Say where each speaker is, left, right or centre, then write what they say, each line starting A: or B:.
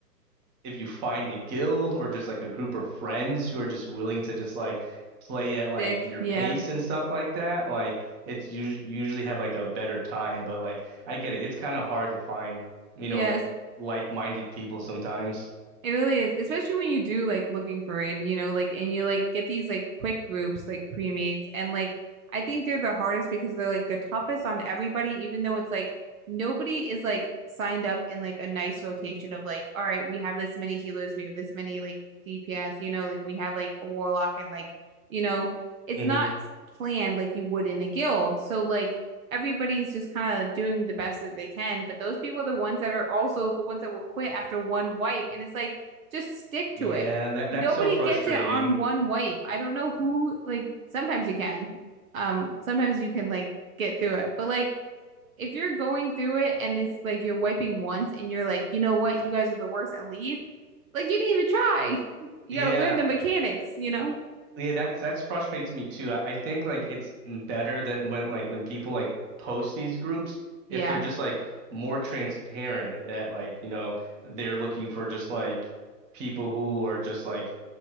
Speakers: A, on the right; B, on the right.
A: if you find a guild or just like a group of friends who are just willing to just like play at like
B: Sick.
A: your
B: Yeah.
A: pace and stuff like that, like it's us usually have like a better time. But like I get it, it's kind of hard to find, you
B: Yeah.
A: know,
B: It's
A: like-minded people sometimes.
B: It really is, especially when you do like looking for it, you know, like and you like get these like quick groups like pre-mates and like I think they're the hardest because they're like the toughest on everybody, even though it's like nobody is like signed up in like a nice rotation of like, all right, we have this many healers, we have this many like DPS, you know, like we have like a warlock and like, you know, it's
A: hmm
B: not planned like you would in a guild. So like everybody's just kind of doing the best that they can. But those people are the ones that are also the ones that will quit after one wipe. And it's like, just stick
A: Yeah,
B: to it.
A: that that's
B: Nobody
A: so frustrating.
B: gets it on one wipe. I don't know who, like, sometimes you can. Um, sometimes you can, like, get through it. But, like, if you're going through it and it's like you're wiping once and you're like, you know what, you guys are the worst and leave, like, you didn't even try. You
A: Yeah,
B: got to learn the mechanics, you know?
A: Yeah, that's that's frustrates me too. I, I think like it's better than when like when people like post these groups
B: Yeah.
A: if they're just like more transparent that like you know they're looking for just like people who are just like